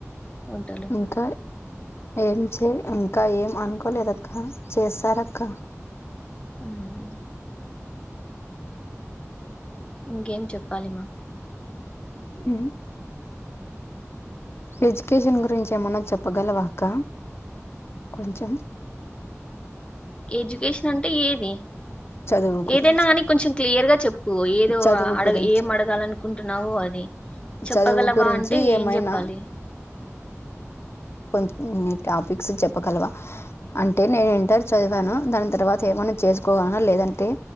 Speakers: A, on the left; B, on the left.
A: వంటలు
B: ఇంకా ఏం చే ఇంకా ఏం అనుకోలేదక్క, చేస్తారక్క
A: ఊహు ఇంకేం చెప్పాలిమా
B: ఉమ్, ఎడ్యుకేషన్ గురించి ఏమన్నా చెప్పగలవా అక్క, కొంచెం
A: ఎడ్యుకేషన్ అంటే ఏది
B: చదువు గురించి
A: ఏదైనా గానీ కొంచెం క్లియర్ గా చెప్ పూ ఏదో
B: చదువు
A: అడ
B: గురించి
A: ఏం అడగాలనుకుంటున్నావో అది, చెప్పగలవా
B: చదువు గురించి
A: అంటే
B: ఏమైనా
A: ఏం చెప్పాలి.
B: న్ టాపిక్స్ చెప్పగలవా, అంటే నేను ఇంటర్ చదివాను దాని తర్వాత ఏమన్నా చేసుకోగలన, లేదంటే